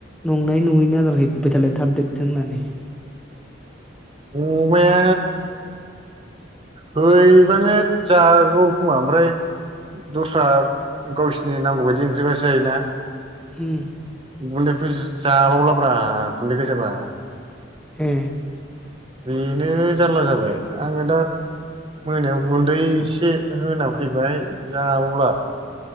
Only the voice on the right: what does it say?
अमाया हैबालाय जागौ खोमा ओमफ्राय दस्रा गावसिनि नांगौ बायदि ओंख्रिबासो जायो ना ।
गुन्दैखौ जाबावला ब्रा गुन्दै गोजाबा
बेनो जारला जाबाय आङो दा मोनायाव गुन्दै एसे होना फैबाय जाबावला